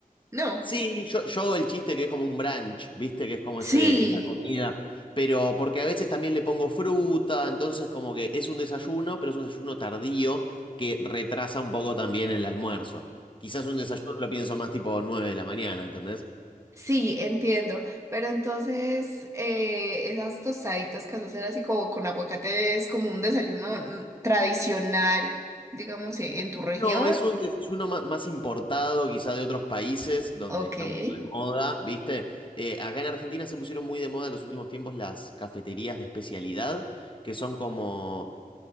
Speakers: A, on the right; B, on the left.
A: No.
B: Sí, yo, yo hago el chiste que es como un brunch, ¿viste? Que es como ese,
A: Sí,
B: esa comida. Pero porque a veces también le pongo fruta, entonces como que es un desayuno, pero es un desayuno tardío que retrasa un poco también el almuerzo. Quizás un desayuno lo pienso más tipo 9 de la mañana, ¿entendés?
A: Sí, entiendo. Pero entonces, eh, esas tostaditas que vas a hacer así como con aguacate es como un desayuno mm, tradicional, digamos, eh, en tu región.
B: No, es un desayuno ma- más importado quizá de otros países donde
A: Ok.
B: está
A: Sí,
B: un poco de moda, ¿viste? Eh, acá en Argentina se pusieron muy de moda en los últimos tiempos las cafeterías de especialidad, que son como